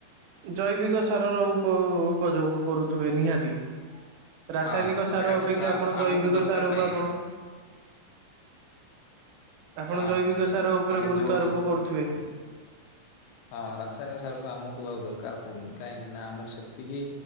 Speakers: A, on the right (about 85°); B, on the left (about 85°).
A: ଜୈବିକ ସାରର ଉପ ଉପଯୋଗ କରୁଥିବେ, ନିହାତି। ରାସାୟନିକ
B: ହଁ
A: ସାର
B: ଏଇଟା
A: ଅପେକ୍ଷା
B: ଖତ ଆଉ
A: ଆପଣ ଜୈବିକ
B: ଆମକୁ ଦରକାର
A: ସାର
B: ନାହିଁ
A: କୁ ଆପଣ ଆପଣ
B: ହଁ
A: ଜୈବିକ ସାର ଉପରେ
B: ଆମେ
A: ଗୁରୁତ୍ୱ
B: ଯୋଉ
A: ଆରୋପ କରୁଥିବେ।
B: ହଁ, ରାସାୟନିକ ସାରକ ଆମକୁ ଆଉ ଦରକାର ପଡୁନି, କାହିଁକି ନା ଆମ ଆମର ସେତିକି